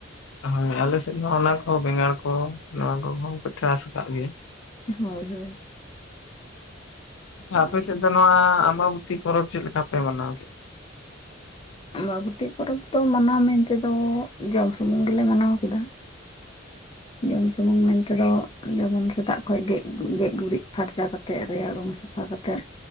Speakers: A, on the left; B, on the left.
A: ᱦᱳᱭᱸ ᱟᱞᱮᱥᱮᱫ ᱦᱚᱸ ᱚᱱᱟ ᱠᱚᱦᱚᱸ ᱵᱮᱸᱜᱟᱲ ᱠᱚ ᱱᱚᱣᱟ ᱠᱚᱦᱚᱸ ᱠᱚ ᱪᱟᱥ ᱟᱠᱟᱫ ᱜᱮᱭᱟ ᱾
B: ᱦᱳᱭ ᱦᱳᱭ
A: ᱟᱪᱪᱷᱟ ᱟᱯᱮ
B: ᱟᱨ
A: ᱥᱮᱫ ᱫᱚ ᱱᱚᱣᱟ ᱟᱢᱵᱟᱵᱚᱛᱤ ᱯᱚᱨᱚᱵᱽ ᱪᱮᱫ ᱞᱮᱠᱟ ᱯᱮ ᱢᱟᱱᱟᱣ ᱠᱮᱜ
B: ᱟᱢᱵᱟᱵᱚᱛᱤ ᱯᱚᱨᱚᱵᱽ ᱫᱚ ᱢᱟᱱᱟᱣ ᱢᱮᱱᱛᱮᱫᱚ ᱡᱚᱢ ᱥᱩᱢᱩᱝ ᱜᱮ-ᱞᱮ ᱢᱟᱱᱟᱣ ᱠᱮᱫᱟ ᱾ ᱡᱚᱢ ᱥᱩᱢᱩᱝ ᱢᱮᱱᱛᱮᱫᱚ ᱡᱮᱢᱚᱱ ᱥᱮᱛᱟᱜ ᱠᱷᱚᱱ ᱜᱮ ᱜᱮᱡ ᱜᱩᱨᱤᱡ ᱯᱷᱟᱨᱪᱟ ᱠᱟᱛᱮᱫ ᱨᱮᱭᱟᱲ ᱩᱢ ᱥᱟᱯᱷᱟ ᱠᱟᱛᱮᱫ᱾